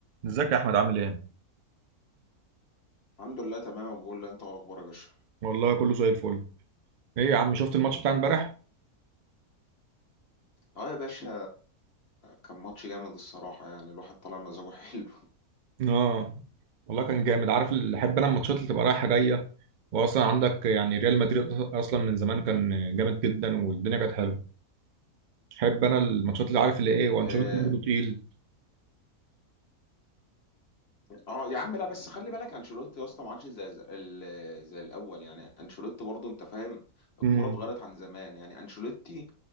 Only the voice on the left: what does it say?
الحمد لله تمام أبو بقول انت إيه الاخبار يا باشا
اه يا باشا كان ماتش جامد الصراحه يعني الواحد طالع مزاجه <laughs> حلو
اه
آه، يا عم لا بس خلي بالك انشيلوتي يا اسطى ما عادش زي زي ال- زي الاول يعني انشيلوتي برضه انت فاهم الكوره
اتغيرت عن زمان يعني انشيلوتي